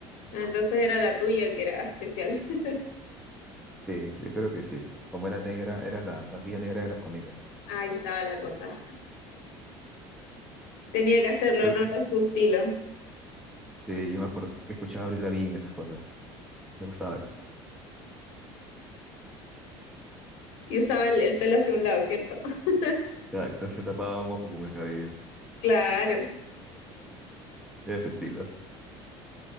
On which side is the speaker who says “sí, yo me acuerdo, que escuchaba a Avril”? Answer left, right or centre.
Centre